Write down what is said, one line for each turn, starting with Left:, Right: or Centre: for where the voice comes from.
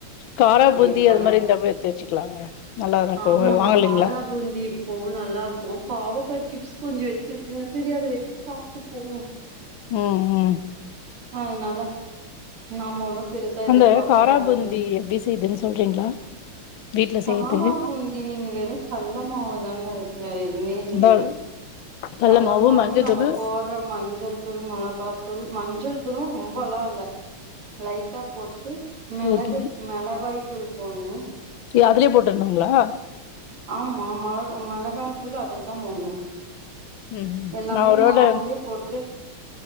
Left: காரா பூந்தி
Right: எப்பனா
Left: அது மாதிரி இருந்தா கூட எடுத்து வச்சுக்கலாங்க நல்லாதாக்கு
Right: ஆமாமா
Left: வாங்கலைங்களா
Right: காரா பூந்தி ஓ நல்லாருக்கு பாவக்கா சிப்ஸ் கொஞ்சோ சிப்ஸு வச்சு சுஜியாது வச்சு சாப்ட்டு போவோ
Left: ம் ம்
Right: அதுனால நம்ம ஒன்னு பெருசா எதிர்பாக்குற
Left: அந்த காரா
Right: ஆளுன்
Left: பூந்தி எப்டி செய்யுதுன்னு சொல்றீங்களா வீட்ல செய்யறதுக்கு
Right: காரா பூந்தி நீங்க வெறு கள்ள மாவுதாங்க அதுக்கு வேற எதுமே இல்லைங்க
Left: அதா கல்ல
Right: கள்ளமாவு
Left: மாவு மஞ்சத்தூளு
Right: நம்ம போட் அப்பற மஞ்சள் தூள் மொளகா தூள் மஞ்சள் தூளும் ரொம்பல்லா இல்ல லைட்டா போட்டு மிளகு
Left: ஓகே
Right: மெளகாய் தூள் போட்ணு
Left: இல்ல அதுலயே போட்ருணுங்ளா
Right: ஆமா மெல மெளகா தூள் அதுலதா போட்ணு
Left: ம் ம்
Right: எல்லாமே
Left: நா ஒருவேள
Right: மாவுலே போட்டு